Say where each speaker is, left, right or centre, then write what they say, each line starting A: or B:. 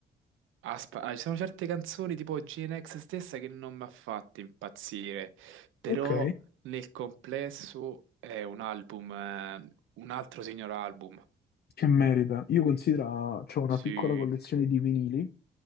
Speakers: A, on the right (about 80°); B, on the left (about 55°).
A: Aspa- ah, ci sono certe canzoni tipo GNX stessa che non mi ha fatto impazzire, però
B: Ok,
A: nel complesso è un album, eh, un altro signor album.
B: che merita. Io considero, c'ho una
A: Sì,
B: piccola collezione di vinili